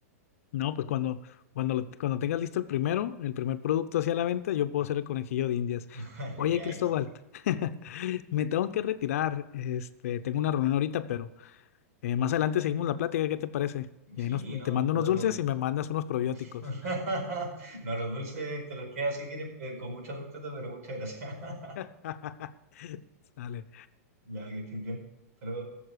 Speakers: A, on the left (about 65°); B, on the right (about 70°).
A: No, pues cuando, cuando, lo- cuando tengas listo el primero, el primer producto hacia la venta, yo puedo ser el conejillo de Indias.
B: <laughs>
A: Oye,
B: Ya,
A: Cristóbal,
B: Isaac.
A: <laughs> me tengo que retirar, este, tengo una reunión ahorita, pero eh, más adelante seguimos la plática, ¿qué te parece? Y
B: Sí,
A: ahí nos,
B: no,
A: te mando
B: no
A: unos
B: te
A: dulces
B: preocupes.
A: y me mandas
B: <laughs>
A: unos probióticos.
B: No, los dulces te los quedas si quieres, pe- con mucho respeto, pero muchas gracias. <laughs>
A: <laughs> Sale.
B: Ya, que estés bien. Hasta luego.